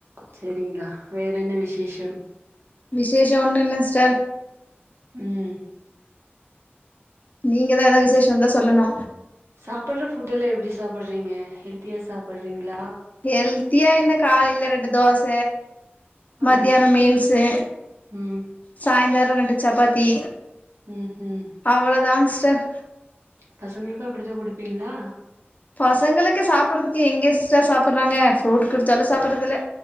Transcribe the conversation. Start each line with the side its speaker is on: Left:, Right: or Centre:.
Right: செரிங்களா வேற என்ன விசேஷம்
Left: விசேஷம் ஒன்னு இல்ல சிஸ்டர்
Right: ம்
Left: நீங்கதா எதாவது விசேஷ இருந்தா சொல்லணு
Right: சாப்பட்ற ஃபுட்டெல்லா எப்டி சாப்டுறீங்க ஹெல்த்தியா சாப்டுறீங்ளா
Left: ஹெல்த்தியா என்ன காலைல ரெண்டு தோச
Right: ஆ
Left: மத்தியான மீல்ஸூ
Right: ம்
Left: சாயந்தர ரெண்டு சப்பாத்தி
Right: ம் ஹூ ம்
Left: அவ்ளோ தா சிஸ்டர்
Right: பசங்களுக்கு அப்டிதா குடுப்பீங்ளா
Left: பசங்களுக்கு சாப்டுறதுக்கு எங்க சிஸ்டர் சாப்டுறாங்க ஃப்ரூட் குடுத்தாலு சாப்டுறதில்ல